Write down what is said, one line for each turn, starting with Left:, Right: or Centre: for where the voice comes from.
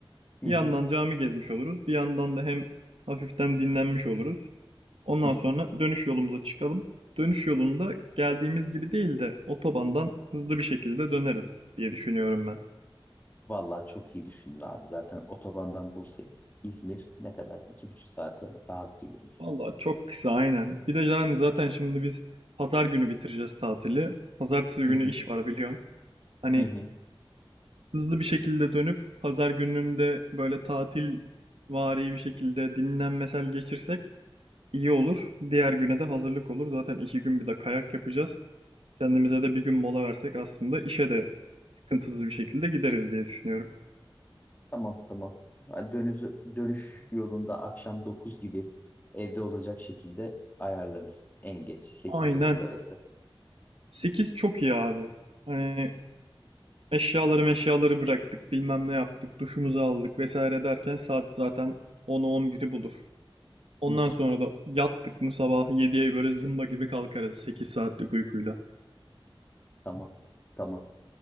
Left: Hı
Right: Bir
Left: hı,
Right: yandan cami gezmiş oluruz, bir yandan da hem hafiften dinlenmiş oluruz. Ondan
Left: hı
Right: sonra
Left: hı.
Right: dönüş yolumuza çıkalım. Dönüş yolunda geldiğimiz gibi değil de otobandan hızlı bir şekilde döneriz diye düşünüyorum ben.
Left: Vallahi çok iyi düşündün abi. Zaten otobandan Bursa, İzmir ne kadar? İki buçuk saate rahat geliriz
Right: Vallahi
Left: ya.
Right: çok kısa aynen. Bir de yani zaten şimdi biz pazar günü bitireceğiz tatili. Pazartesi günü
Left: Hı hı,
Right: iş var biliyorsun. Hani
Left: hı hı.
Right: hızlı bir şekilde dönüp pazar gününde böyle tatil vari bir şekilde dinlenmesel geçirsek iyi olur. Diğer güne de hazırlık olur. Zaten iki gün bir de kayak yapacağız. Kendimize de bir gün mola versek aslında işe de sıkıntısız bir şekilde gideriz diye düşünüyorum.
Left: Tamam tamam. Ha, Dönüş, dönüş yolunda akşam 9 gibi evde olacak şekilde ayarlarız. En geç sekiz
Right: Aynen.
Left: dokuz arası.
Right: 8 çok iyi abi. Hani Eşyaları meşyaları bıraktık, bilmem ne yaptık, duşumuzu aldık vesaire derken saat zaten 10'u 11'i bulur. Ondan
Left: Hı hı,
Right: sonra da yattık mı sabah 7'ye böyle zımba gibi kalkarız 8 saatlik uykuyla.
Left: Tamam tamam.